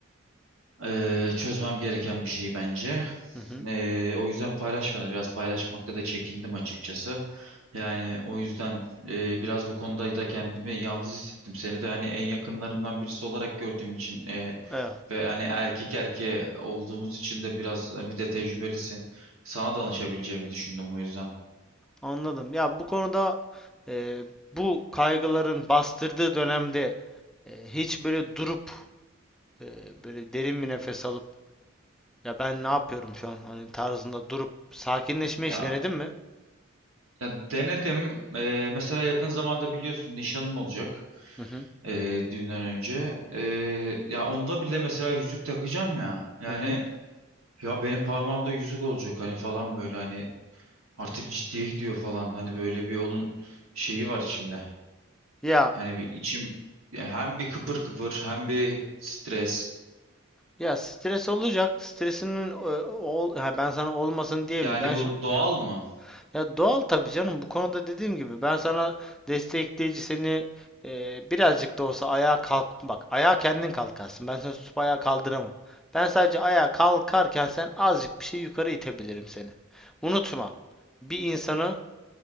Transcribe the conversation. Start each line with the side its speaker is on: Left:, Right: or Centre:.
Right: eee, çözmem gereken bir şey bence.
Centre: Hı hı.
Right: Eee, o yüzden paylaşmadım. Biraz paylaşmakta da çekindim açıkçası. Yani o yüzden eee, biraz bu konuda da kendimi yalnız hissettim. Seni de hani en yakınlarımdan birisi olarak gördüğüm için eee,
Centre: Evet,
Right: ve hani erkek erkeğe olduğumuz için de biraz bir de tecrübelisin. Sana danışabileceğimi düşündüm o yüzden.
Centre: anladım. Ya bu konuda e, bu kaygıların bastırdığı dönemde e, hiç böyle durup e, böyle derin bir nefes alıp Ya ben ne yapıyorum şu an? Hani tarzında durup sakinleşme
Right: Ya
Centre: hiç denedin mi?
Right: Ya denedim. Ee, mesela yakın zamanda biliyorsun nişanım olacak
Centre: Hı hı.
Right: ee, düğünden önce. Ee, ya onda bile mesela yüzük takacağım ya. Yani
Centre: Hı hı.
Right: ya benim parmağımda yüzük olacak hani falan böyle hani artık ciddiye gidiyor falan. Hani böyle bir onun şeyi var içimde.
Centre: Ya
Right: Yani bir içim ya hem bir kıpır kıpır hem bir stres.
Centre: ya stres olacak. Stresinin e, ol, ha, ben sana olmasın diye
Right: Yani
Centre: mi? Ben
Right: bu
Centre: şu
Right: doğal
Centre: Hı.
Right: mı?
Centre: Ya doğal tabii canım. Bu konuda dediğim gibi ben sana destekleyici seni e, birazcık da olsa ayağa kalk bak. Ayağa kendin kalkarsın. Ben seni tutup ayağa kaldıramam. Ben sadece ayağa kalkarken sen azıcık bir şey yukarı itebilirim seni. Unutma. Bir insanı